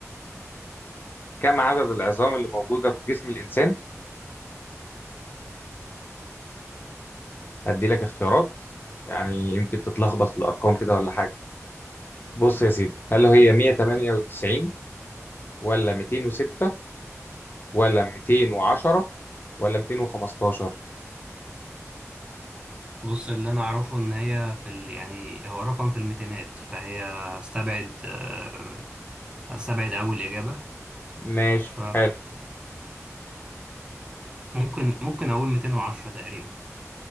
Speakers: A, on the left; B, on the right.
A: كم عدد العظام اللي موجودة في جسم الإنسان؟ هدي لك اختيارات يعني يمكن تتلخبط في الأرقام كده ولا حاجة بص يا سيدي هل هي 198 ولا 206 ولا 210 ولا 215
B: بص اللي أنا أعرفه إن هي في ال... يعني هو رقم في الميتينات فهي هستبعد آه هستبعد أول إجابة
A: ماشي
B: ف
A: حلو
B: ممكن ممكن اقول 210 تقريبا